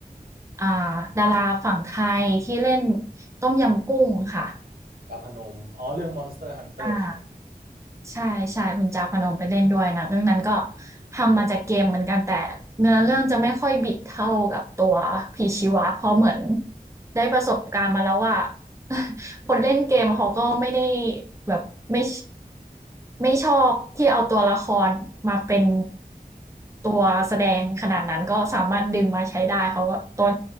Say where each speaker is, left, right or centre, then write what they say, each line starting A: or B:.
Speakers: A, on the right (about 20°); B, on the right (about 80°).
A: อ่าดาราฝั่งไทยที่เล่นต้มยำกุ้งค่ะ
B: ดาบพนมอ๋อเรื่อง Monster Hunter
A: อ่า
B: ใช่ไหม
A: ใช่ๆคุณจาพนมไปเล่นด้วยหนังเรื่องนั้นก็ทำมาจากเกมเหมือนกันแต่เนื้อเรื่องจะไม่ค่อยบิดเท่ากับตัวผีชีวะเพราะเหมือนได้ประสบการณ์มาแล้วว่า <laughs> คนเล่นเกมเขาก็ไม่ได้แบบไม่ไม่ชอบที่เอาตัวละครมาเป็นตัวแสดงขนาดนั้นก็สามารถดึงมาใช้ได้เขาก็ตัว